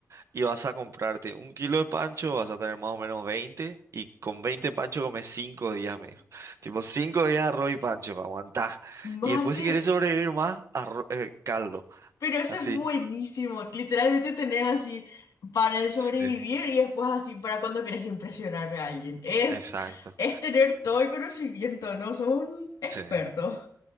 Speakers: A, on the right (about 55°); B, on the left (about 80°).
A: y vas a comprarte un kilo de pancho, vas a tener más o menos 20 y con 20 pancho comes 5 días, me dijo. Tipo, 5 días arroz y pancho, aguantá.
B: Marce,
A: Y después si querés sobrevivir más, arro- eh, caldo.
B: Pero eso
A: Así.
B: es buenísimo. Literalmente tenés así para el sobrevivir
A: Sí,
B: y después así para cuando querés impresionar a alguien. Es,
A: exacto.
B: es tener todo el conocimiento, ¿no? Sos un experto.
A: Sí.